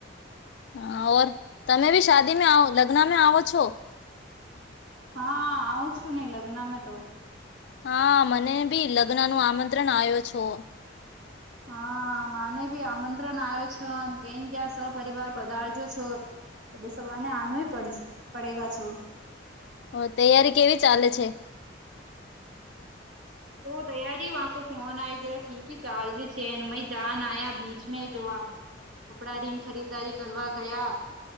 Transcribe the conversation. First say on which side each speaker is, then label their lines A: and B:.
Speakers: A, on the left; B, on the right.
A: હ, ઓર તમે બી શાદી લગ્નમાં આવો છો?
B: હા આવું છું, નઈ લગ્ન મે તો.
A: હા, મને ભી લગ્ન નું આમંત્રણ આવ્યો છો.
B: હા, મને ભી આમંત્રણ આવ્યો છે. કેમ, ક્યાં સપરિવાર પધારજો છો. <inaudible> તો સવારને આનું પડ પડેગ છો <inaudible>
A: હ, તૈયારી કેવી ચાલે છે?
B: ઓ તૈયારી વા ફોન આય ગરા ઠીક હ ચાલ ર છેન જાન આયા બીચ મે જો આ <inaudible> કપડા રિંગ ખરીદારી કરવા ગયા.